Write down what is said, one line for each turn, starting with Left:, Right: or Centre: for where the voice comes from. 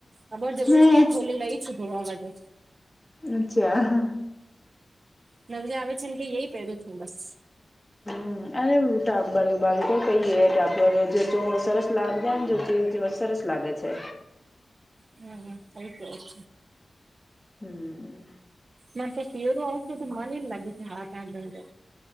Right: આ બર જબરજસ્તી
Left: હે
Right: ખોલી લઈ શોધોવા માટે
Left: અચ્છા
Right: નજા આવે છે ને કે ય પહેરું છું, બસ
Left: હ અને હૂં સાફ કરો બા કહીએે ટાને જે ચોખ સરસ લાગ જાય નરસ લાગે છે.
Right: હમ આત આત
Left: હમ!
Right: મત પીરો ઔષધ મનેલ લાગી હશે હાટાડંત